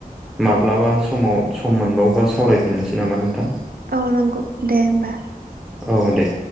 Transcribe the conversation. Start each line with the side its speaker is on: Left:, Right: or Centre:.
Centre: माब्लाबा समाव सम मोनबावोबा सावरायफिननोसै नामा नोंथां
Right: औ नंगौ दे होमबा
Centre: औ दे